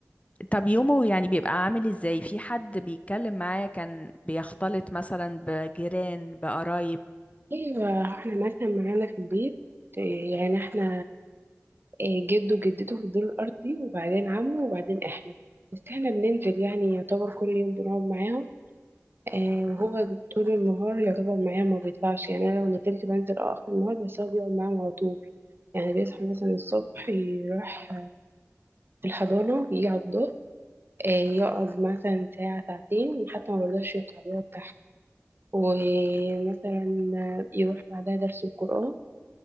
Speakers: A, on the left (about 25°); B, on the right (about 45°).
A: طب يومه يعني بيبقى عامل ازاي في حد بيتكلم معاه كان بيختلط مثلا بجيران بقرايب
B: ايوه احنا مثلا معانا في البيت إيه، يعني احنا إيه، جده وجدته في الدور الارضي وبعدين عمه وبعدين احنا بس احنا بننزل يعني يعتبر كل يوم بنقعد معاهم آه وهو طول النهار يعتبر معايا ما بيطلعش يعني انا لو نزلت بنزل اه اخر النهار بس هو بيقعد معاهم على طول يعني بيصحى مثلا الصبح يروح في الحضانة يجي على الظهر آه، يقعد مثلا ساعة ساعتين حتى ما برضاش يطلع يقعد تحت ومثلا آه، يروح بعدها درس القرآن